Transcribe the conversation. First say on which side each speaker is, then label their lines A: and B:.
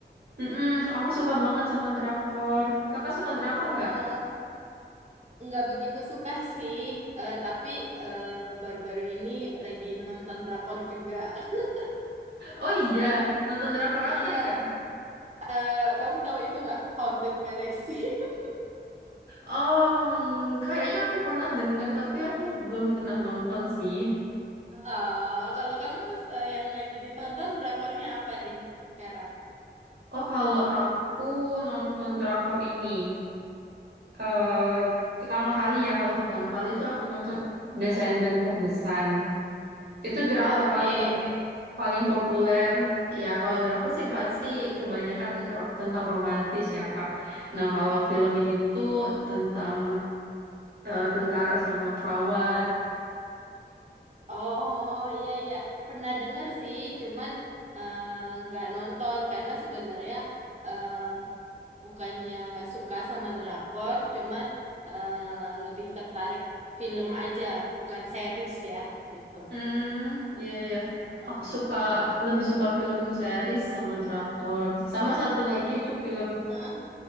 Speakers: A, on the right (about 75°); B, on the right (about 40°).
A: Mm-mm, aku suka banget sama drakor. Kakak suka drakor
B: Eh,
A: nggak?
B: nggak begitu suka sih. Eh, tapi eh, baru-baru ini lagi nonton drakor juga. <laughs>
A: Oh iya, nonton drakor
B: Iya,
A: apa nih Kak?
B: eh, kamu tahu itu nggak? Haunted Palace. <laughs>
A: um, kayaknya aku pernah dengar tapi aku belum pernah nonton sih.
B: Oh, kalau kamu eh, yang lagi ditonton drakornya apa nih sekarang?
A: Oh, kalau aku nonton drakor ini. eh pertama kali ya, kalau pertama kali itu aku nonton Descendant
B: Eh,
A: of the Sun. Itu drakor
B: Oh, oke.
A: paling paling populer. Ya, kalau drakor sih pasti kebanyakan ro- tentang romantis ya, Kak. Nah, kalau film ini tuh tentang eh, tentara sama perawat.
B: Oh iya iya pernah denger sih cuman eh, nggak nonton karena sebenarnya eh, bukannya nggak suka sama drakor cuman eh, lebih tertarik film aja bukan series ya gitu.
A: Hmm, iya iya.
B: Heeh.
A: Aku suka lebih suka film series sama drakor. Sama satu lagi itu film
B: Heeh.